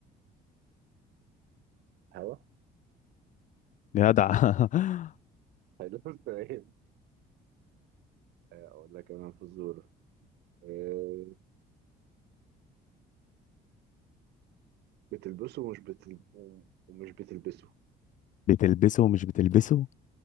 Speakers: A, on the right; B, on the left.
A: هوا
B: جدع <laughs>
A: هيلف تمام <laughs> آه، اقول لك انا فزوره أه بتلبسه ومش بتل... ومش بتلبسه
B: بتلبسه ومش بتلبسه